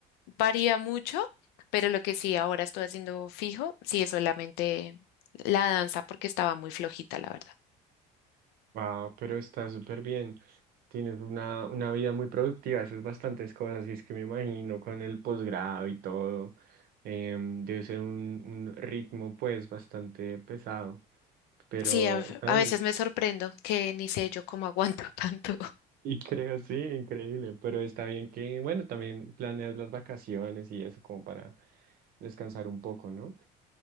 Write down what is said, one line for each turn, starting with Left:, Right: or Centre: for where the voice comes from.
Left: varía mucho, pero lo que sí ahora estoy haciendo fijo, sí es solamente la danza, porque estaba muy flojita, la verdad.
Right: Wow, pero está súper bien. Tienes una, una vida muy productiva, haces bastantes cosas, y es que me imagino con el posgrado y todo. em, debe ser un, un ritmo pues bastante pesado, pero
Left: Sí, a,
Right: está
Left: a
Right: bien.
Left: veces me
Right: <laughs>
Left: sorprendo que ni sé yo cómo aguanto <laughs> tanto.
Right: Y creo, sí, increíble, pero está bien que, bueno, también planeas las vacaciones y eso como para descansar un poco, ¿no?